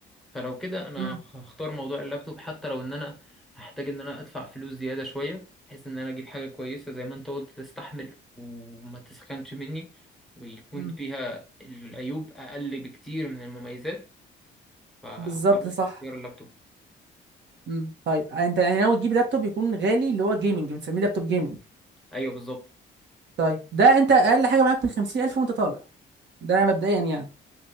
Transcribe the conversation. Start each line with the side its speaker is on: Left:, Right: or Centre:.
Centre: فلو كده انا
Right: مم.
Centre: هختار موضوع اللابتوب حتى لو ان انا هحتاج ان انا ادفع فلوس زيادة شوية بحيث ان انا اجيب حاجة كويسة زي ما انت قلت تستحمل وما تسخنش مني ويكون
Right: مم.
Centre: فيها العيوب اقل بكتير من المميزات فهروح
Right: بالظبط صح
Centre: لاختيار اللابتوب
Right: امم طيب انت يعني ناوي تجيب لابتوب يكون غالي اللي هو جيمنج بنسميه لابتوب جيمنج
Centre: ايوه بالظبط
Right: طيب ده انت اقل حاجه معاك من 50000 وانت طالع ده مبدئيا يعني